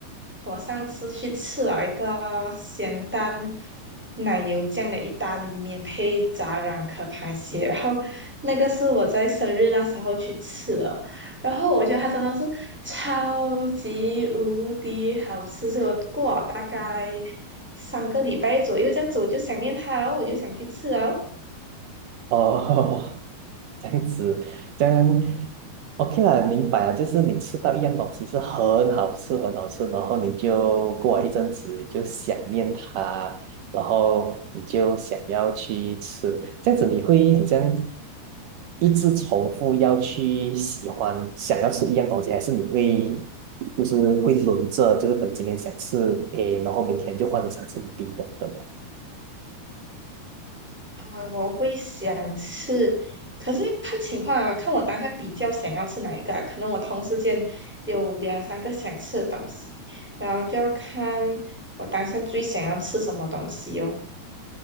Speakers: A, in the centre; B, on the right.
A: 我上次去吃了一个咸蛋奶油酱的意大利面，配炸软壳螃蟹，然后那个是我在生日那时候去吃的，然后我觉得它真的是超级无敌好吃，所以我过了大概三个礼拜左右这样子，我就想念它，然后我就想去吃啊，
B: 哦，<laughs> 这样子，这样 OK 啦，明白了。就是你吃到一样东西是很好吃，很好吃，然后你就过了一阵子，你就想念它，然后你就想要去吃，这样子你会很像一直重复要去喜欢，想要吃一样东西，还是你会就是会轮着，就是等今天想吃 A，然后明天就换成想吃 B 等等啊
A: 啊，我会想吃，可是看情况啊，看我当下比较想要吃哪一个啊可能我同时间有两三个想吃的东西，然后就要看我当下最想要吃什么东西哦。